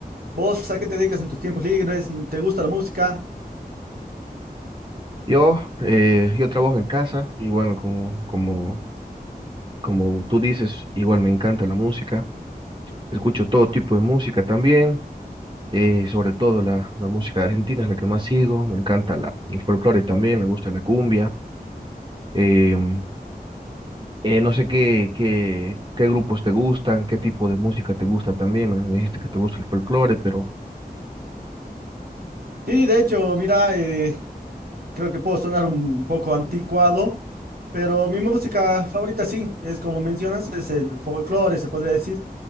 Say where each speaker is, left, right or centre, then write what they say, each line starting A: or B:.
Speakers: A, on the right; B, on the right.
A: ¿Vos a qué te dedicas en tus tiempos libres? ¿Te gusta la música?
B: Yo, eh, yo trabajo en casa y bueno, como, como, como tú dices, igual me encanta la música. Escucho todo tipo de música también, eh, sobre todo la, la música argentina es la que más sigo. Me encanta la, el folclore también, me gusta la cumbia. Em, eh, no sé qué, qué, qué grupos te gustan, qué tipo de música te gusta también. Me dijiste que te gusta el folclore, pero...
A: Sí, de hecho, mira, eh, creo que puedo sonar un poco anticuado, pero mi música favorita sí, es como mencionas, es el folclore, se podría decir.